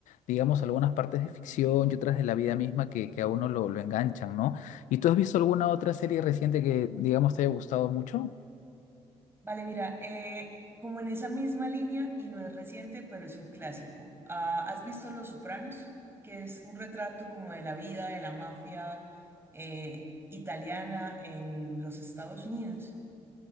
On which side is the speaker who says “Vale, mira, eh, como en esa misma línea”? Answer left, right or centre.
Right